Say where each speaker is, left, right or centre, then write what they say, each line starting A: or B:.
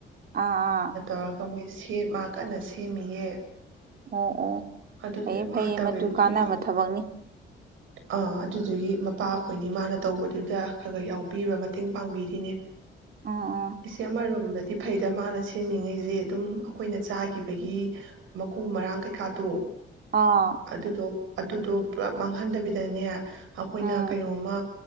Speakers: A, on the right; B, on the right.
A: ꯑꯥ-ꯑꯥ
B: ꯑꯥ ꯀꯃꯣꯏ ꯁꯦ ꯃꯥ ꯀꯟꯅ ꯁꯦꯝꯃꯤꯌꯦ
A: ꯑꯣ-ꯑꯣ
B: ꯑꯗꯨꯗꯤ
A: ꯐꯩꯌꯦ-ꯐꯩꯌꯦ
B: ꯃꯥ ꯇꯧꯔꯦ
A: ꯃꯗꯨ
B: ꯑꯗꯨꯗꯨꯒꯤ
A: ꯀꯥꯟꯅꯕ ꯊꯕꯛꯅꯤ
B: ꯑꯥ ꯑꯗꯨꯗꯨꯒꯤ ꯃꯄꯥ ꯑꯩꯈꯣꯏꯅꯤ ꯃꯥꯅ ꯇꯧꯕꯗꯨꯗ ꯈꯒ ꯌꯥꯎꯕꯤꯕ ꯃꯇꯦꯡ ꯄꯥꯡꯕꯤꯔꯤꯅꯦ
A: ꯎꯝ ꯎꯝ
B: ꯏꯆꯦ ꯃꯔꯨꯝ ꯅꯠ ꯐꯩꯗ ꯃꯥꯅ ꯁꯦꯝꯃꯤꯉꯩ ꯌꯦ ꯑꯗꯨꯝ ꯑꯩꯈꯣꯏꯅ ꯆꯥꯒꯤꯕꯒꯤ ꯃꯀꯨ ꯃꯔꯥꯡ ꯀꯩꯀꯥꯗꯣ
A: ꯑꯥ
B: ꯑꯗꯨꯗꯣ ꯑꯗꯨꯗꯣ ꯄꯨꯂꯞ ꯃꯥꯡꯍꯟꯗꯕꯤꯗꯅꯦ ꯑꯈꯣꯏꯅ
A: ꯎꯝ
B: ꯀꯩꯅꯣꯝꯃ